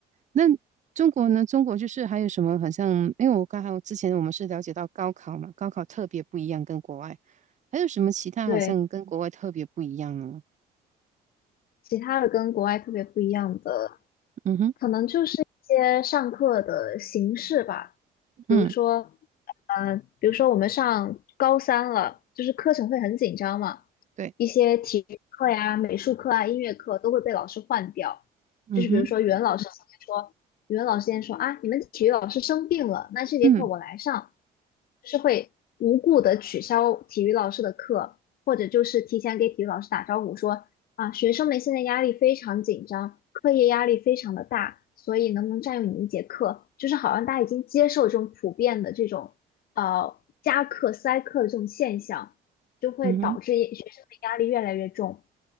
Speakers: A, on the right; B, on the left.
A: 那中国呢？中国就是还有什么？好像因为我刚好之前我们是了解到高考嘛，高考特别不一样，跟国外还有什么其他好像跟国外特别不一样呢？
B: 对。其他的跟国外特别不一样的，
A: 嗯哼，
B: 可能就是一些上课的形式吧。
A: 嗯，
B: 比如说，呃，比如说我们上高三了，就是课程会很紧张嘛，
A: 对，
B: 一些体育课呀、美术课啊、音乐课都会被老师换掉。
A: 嗯哼，
B: 就是比如说，语文老师今天说，语文老师今天说啊，你们体育老师生病了，那这节课我来上，
A: 嗯
B: 就是会无故的取消体育老师的课。或者就是提前给体育老师打招呼说，啊，学生们现在压力非常紧张，课业压力非常的大，所以能不能占用你一节课，就是好像大家已经接受这种普遍的这种呃加课塞课的这种现象，就会导致也学生的压力越来越重。
A: 嗯哼，